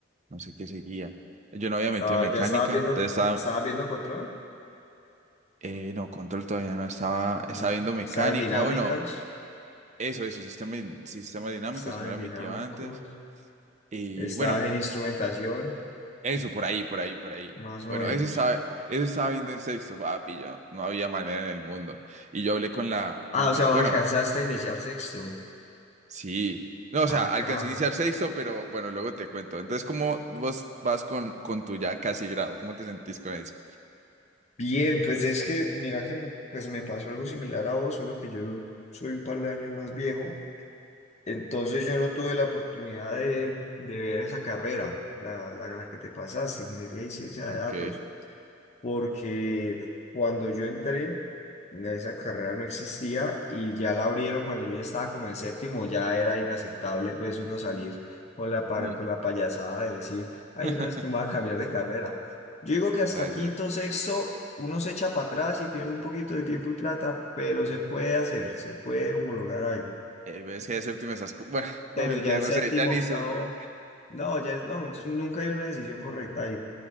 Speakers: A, on the right; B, on the left.
A: no sé qué seguía. Yo no había
B: Estaba,
A: metido mecánica,
B: ya estabas viendo,
A: entonces estaba,
B: estabas viendo control,
A: eh, no, control todavía no, estaba,
B: ¿no?
A: estaba viendo mecánica,
B: Estabas en dinámicas,
A: bueno, eso, eso, sistema, sistemas dinámicos
B: estabas
A: que no
B: en
A: había
B: dinámicos,
A: metido antes, y
B: estabas
A: bueno,
B: en instrumentación,
A: eso, por ahí, por ahí, por ahí.
B: más o
A: Bueno,
B: menos.
A: eso estaba, eso estaba viendo en sexto, papi, yo, no había manera en el mundo. Y yo hablé con la, con
B: Ah, o
A: la,
B: sea, vos
A: bueno,
B: alcanzaste a iniciar sexto.
A: sí, no, o
B: Ah,
A: sea,
B: carajo.
A: alcancé a iniciar sexto, pero bueno, luego te cuento. Entonces, ¿cómo vos vas con, con tu ya casi grado? ¿Cómo te sentís con eso?
B: Bien, pues es que, mira que pues me pasó algo similar a vos, solo que yo soy un par de años más viejo. Entonces yo no tuve la oportunidad de, de ver esa carrera, la, la, la que te pasaste, Ingeniería y Ciencia
A: Ok.
B: de Datos. porque cuando yo entré, esa carrera no existía y ya la abrieron cuando yo ya estaba como en séptimo, ya era inaceptable pues uno salir con la, par-
A: Mm.
B: con la payasada de decir, ay,
A: <laughs>
B: no, es que me voy a cambiar de carrera. Yo digo que hasta
A: Va a
B: quinto,
A: decir,
B: sexto, uno se echa para atrás y pierde un poquito de tiempo y plata, pero se puede hacer, se puede homologar algo
A: eh, ves que séptima esas... cu- Bueno, <laughs>
B: pero
A: no mentira,
B: ya
A: no
B: séptimo,
A: sé, ya ni
B: octavo,
A: sé. güey.
B: no, ya no, entonces nunca hay una decisión correcta ahí.